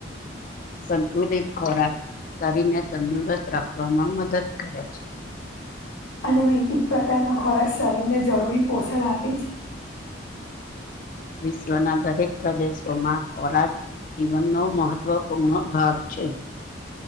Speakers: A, on the left; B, on the left.
A: સંતુલિત ખોરાક શરીરને તંદુરસ્ત રાખવામાં મદદ કરે છે.
B: અને વિવિધ પ્રકારનો ખોરાક શરીરને જરૂરી પોષણ આપે છે.
A: વિશ્વના દરેક પ્રદેશોમાં ખોરાક જીવનનો મહત્વપૂર્ણ ભાગ છે.